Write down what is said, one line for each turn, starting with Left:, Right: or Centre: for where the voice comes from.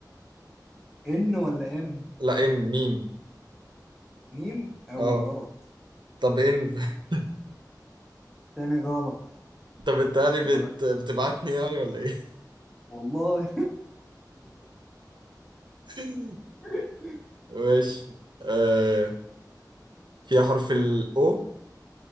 Centre: ان ولا ام
Right: لا ام ميم
Centre: ميم اول
Right: اه
Centre: غلط
Right: طب ان <laughs>
Centre: تاني غلط
Right: طب انت يعني بت...
Centre: ربنا
Right: بتبعتني يعني ولا ايه
Centre: والله
Right: <laughs>
Centre: <laughs>
Right: ماشي آه فيها حرف الاو